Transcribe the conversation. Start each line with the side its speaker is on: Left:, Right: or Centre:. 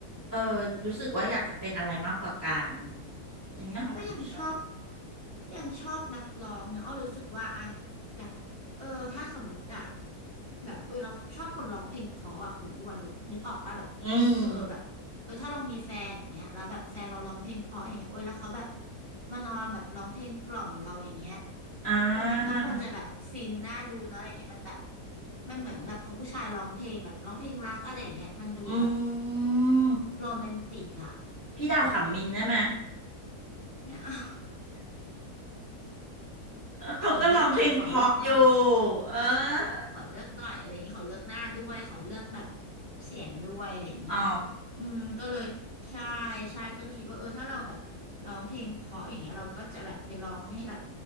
Left: เออรู้สึกว่าอยากจะเป็นอะไรมากกว่ากันในแง่ของความชอบ
Right: ก็ยังชอบยังชอบนักร้องเนอะอ้อรู้สึกว่าไอแบบเออถ้าสมมติอะแบบเออเราชอบคนร้องเพลงเพราะอะคุณอ้วนรู้นึกออกปะแบบ
Left: อืม
Right: เออแบบเออถ้าเรามีแฟนอย่างเงี้ยแล้วแบบแฟนเราร้องเพลงเพราะอย่างเงี้ยโอ้ยแล้วเขาแบบมานอนแบบร้องเพลงกล่อมเราอย่างเงี้ย
Left: อ่า
Right: เออมันก็คงจะแบบฟินน่าดูเนอะอะไรอย่างเงี้ยมันแบบมันเหมือนแบบพอผู้ชายร้องเพลงแบบร้องเพลงรักอะไรอย่างเงี้ยมันดูแบบ
Left: อืม
Right: โรแมนติกอะ
Left: พี่ดาวขำมินได้ไหม
Right: ไม่เอา
Left: เออเขาก็ร้องเพลงเพราะอยู่
Right: ขอเลือกหน่อยขอเลือกหน่อย
Left: เออ
Right: ขอเลือกหน่อยอะไรอย่างนี้ขอเลือกหน้าด้วยขอเลือกแบบเสียงด้วยอะไรอย่างนี้
Left: อ๋อ
Right: อืมก็เลยใช่ใช่ก็เลยคิดว่าเออถ้าเราแบบร้องเพลงเพราะอย่างเงี้ยเราก็จะแบบไปร้องให้แบบ